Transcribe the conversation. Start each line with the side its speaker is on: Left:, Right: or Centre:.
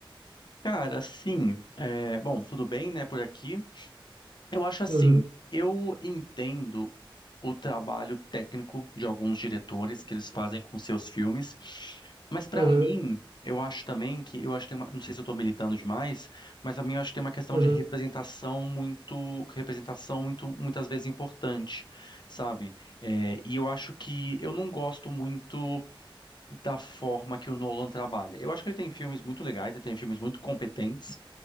Left: Cara, assim, é, bom, tudo bem, né, por aqui. Eu acho assim,
Right: Uhum,
Left: eu entendo o trabalho técnico de alguns diretores que eles fazem com seus filmes, mas pra
Right: uhum,
Left: mim, eu acho também que, eu acho que tem uma, não sei se eu tô militando demais, mas pra mim eu acho que tem uma questão
Right: uhum,
Left: de representação muito, representação muito, muitas vezes importante, sabe? É, e eu acho que eu não gosto muito da forma que o Nolan trabalha. Eu acho que ele tem filmes muito legais, ele tem filmes muito competentes,